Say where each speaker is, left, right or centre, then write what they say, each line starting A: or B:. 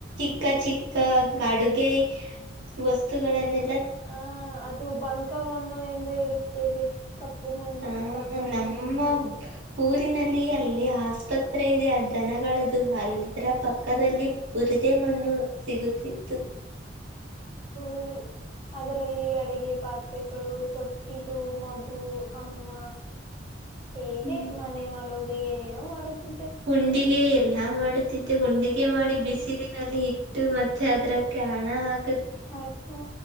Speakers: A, on the right; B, on the left.
A: ಚಿಕ್ಕ ಚಿಕ್ಕ ಅಡುಗೆ ವಸ್ತುಗಳನ್ನು
B: ಹ ಅದು ಬಂಕ ಮಣ್ಣು ಎಂದು ಹೇಳು ತ್ತೇವೆ ಕಪ್ಪು ಮಣ್ಣು
A: ಆ
B: ಬಂಕ ಮಣ್ಣು.
A: ನಮ್ಮ ಊರಿನಲ್ಲಿ ಅಲ್ಲಿ ಆಸ್ಪತ್ರೆ ಇದೆ ಆ ದನಗಳದುು ಹಲಿದ್ರಾ ಪಕ್ಕದಲ್ಲಿ ಪುದುದೇ ಮಣ್ಣು ಸಿಗುತ್ತಿತ್ತು.
B: ಹ ಅದರಲ್ಲಿ ಅಡಗೆ ಪಾತ್ರೆಗಳು ತೊಟ್ಟಿಲು ಮಗು ಅಮ್ಮ. ಹೀಗೆ
A: ಹ್ಮ್
B: ಮನೆ ಮಾಡೋದು ಏನೇನೋ ಮಾಡುತ್ತಿ
A: ಹುಂಡಿಗೆ ಎಲ್ಲಾ ಮಾಡುತ್ತಿದ್ದೆ ಹುಂಡಿಗೆ
B: ಹ್ಮ್
A: ಮಾಡಿ ಬಿಸಿಲಿನಲ್ಲಿ ಇ ಇಟ್ಟು ಮತ್ತೆ ಅದ್ರಕ್ಕೆ ಹಣ ಹಾಕ
B: ಹತಾ